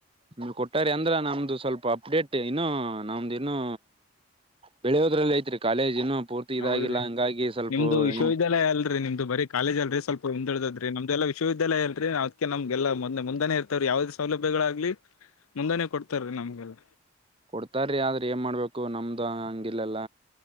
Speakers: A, on the right; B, on the left.
A: ನಿಮಿಗ್ ಕೊಟ್ಟಾರೆ ಅಂದ್ರ ನಮ್ದು ಸ್ವಲ್ಪ ಅಪ್ಡೇಟ್ ಇನ್ನು ನಮ್ದ ಇನ್ನು ಬೆಳೆಯೋದ್ರಲ್ ಐತ್ರಿ ಕಾಲೇಜ್ ಇನ್ನು ಪೂರ್ತಿ ಇದಾಗಿಲ್ಲ
B: ಹೌದ್ರಿ
A: ಹಂಗಾಗಿ ಸ್ವಲ್ಪ
B: ನಿಮ್ದು ವಿಶ್ವವಿದ್ಯಾಲಯ
A: ಇನ್
B: ಅಲ್ರಿ ನಿಮ್ದು ಬರಿ ಕಾಲೇಜ್ ಅಲ್ರಿ ಸ್ವಲ್ಪ ಹಿಂದೆ ಉಳಿದೆತ್ರಿ ನಮ್ದು ಎಲ್ಲಾ ವಿಶ್ವವಿದ್ಯಾಲಯ ಅಲ್ರಿ ಅದ್ಕೆ ನಮಗೆಲ್ಲ ಮೊನ್ನೆ ಮುಂದೆನೆ ಇರ್ತವ್ರಿ ಯಾವದೇ ಸೌಲಭ್ಯಗಳಾಗ್ಲಿ ಮುಂದೆನೆ ಕೊಡ್ತಾರೀ ನಮ್ಗೆಲ್ಲ
A: ಕೊಡ್ತಾರೀ ಆದ್ರ ಏನ್ ಮಾಡಬೇಕು ನಮ್ಮದು ಹಂಗಿಲ್ಲಲ್ಲ